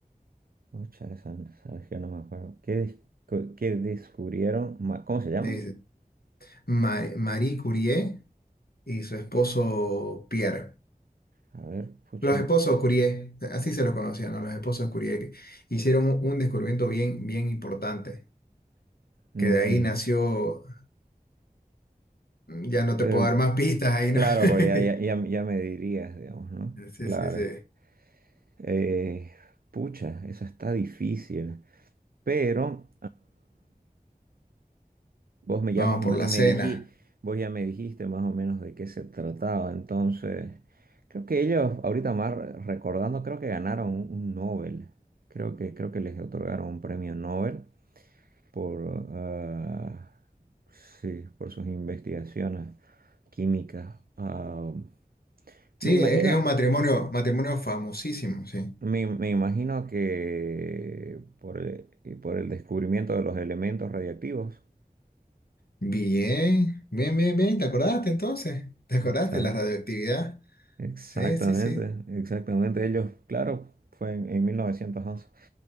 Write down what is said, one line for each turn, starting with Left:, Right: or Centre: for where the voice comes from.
Right: Pucha, esa- sabes que no me acuerdo. ¿Qué, dis- co- qué descubrieron? ma- ¿Cómo se llama?
Left: Sí, sí. Ma- Marie Curie y su esposo Pierre.
Right: A ver, pucha.
Left: Los esposos Curie, así se los conocían, ¿no? Los esposos Curie que hicieron un un descubrimiento bien, bien importante,
Right: Ujú.
Left: que de ahí nació, ya no
Right: Eh,
Left: te puedo dar más pistas ahí,
Right: claro,
Left: ¿no?
Right: porque ya,
Left: <laughs>
Right: ya, ya- ya me dirías, digamos, ¿no? Claro.
Left: Sí, sí, sí.
Right: Eh, pucha, esa está difícil. Pero, Vos me ya
Left: Vamos
Right: más
Left: por
Right: o menos
Left: la
Right: me
Left: cena.
Right: dijiste, vos ya me dijiste más o menos de qué se trataba. Entonces, creo que ellos, ahorita más re- recordando, creo que ganaron un, un Nobel. Creo que, creo que les otorgaron un premio Nobel por, ah, sí, por sus investigaciones químicas. Ah, me
Left: Sí,
Right: imagino,
Left: e- es un matrimonio, matrimonio famosísimo, sí.
Right: me, me imagino que por el, por el descubrimiento de los elementos radiactivos.
Left: Bien, bien, bien, bien, ¿te acordaste entonces? ¿Te acordaste
Right: Exacto.
Left: de la radioactividad?
Right: Exactamente,
Left: Sí, sí, sí.
Right: exactamente. Ellos, claro, fue en, en 1911.